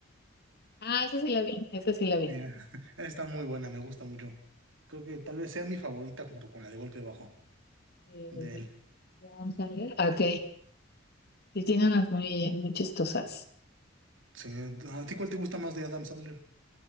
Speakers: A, on the left (about 55°); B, on the right (about 75°).
A: Ah, esa sí la vi, esa sí la vi.
B: Mira, <laughs> Está muy buena, me gusta mucho. Creo que tal vez sea mi favorita junto con la de golpe bajo
A: Eh,
B: de él.
A: de Adam Sandler. Ah, Ok. Sí, tiene unas muy, muy chistosas.
B: Sí, ¿A ti cuál te gusta más de Adam Sandler?